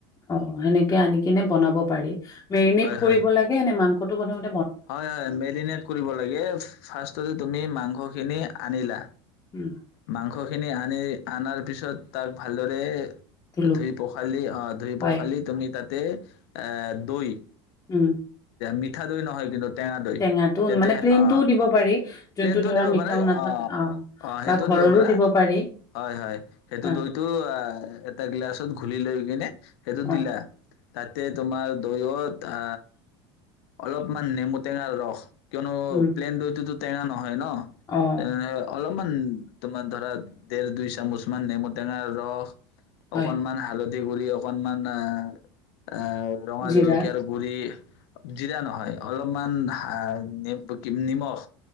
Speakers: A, on the left; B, on the left.
A: অ', সেনেকে আনি কিনে বনাব পাৰি। মেৰিনেট
B: হয়
A: কৰিব
B: হয়
A: লাগে নে মাংস <unintelligible>
B: হয়, হয়, মেৰিনেট কৰিব লাগে ফাৰ্ষ্টতে তুমি মাং মাংখখিনি আনিলা
A: উম,
B: মাংসখিনি আনি আনাৰ পিছত তাক ভালদৰে
A: ধুলো
B: ধুই পখালি, অ', ধুই
A: হয়,
B: পখালি তুমি তাত তে এ দৈ
A: উম।
B: মিঠা দৈ নহয় <unintelligible> টেঙা দৈ
A: টেঙাটো
B: তেতিয়া
A: মানে প্লেইনটোও
B: অ
A: দিব পাৰি, যোনটো
B: প্লেনটো
A: ধৰা
B: দিব
A: মিঠাও
B: পাৰা
A: নাথাক
B: অ অ সেইটো
A: বা ঘৰৰো
B: দিব পাৰা
A: পাৰি
B: হয় হয় সেইটো
A: হা,
B: দৈটো এটা গিলাচত ঘুলি লৈ কিনে সেইটো
A: অ',
B: দিলা। তাতে তোমাৰ দৈও আ, অলপ, মান নেমু টেঙাৰ ৰস, কিয়নো
A: উম,
B: প্লেন দৈ তোত তেঙা নহয় হয় ন
A: অ',
B: তেনেহলে ওলপ তোমাৰ ধৰা দেৰ দুই চামুচ মান নেমুটেঙাৰ ৰস,
A: হয়,
B: অকনমান হালধি বুলি অকনমান আ আ, ৰঙা
A: জিৰা
B: জলকীয়াৰ গুৰি জিৰা নহয়। অলপমান হাৰ এ পতিন নিমখ।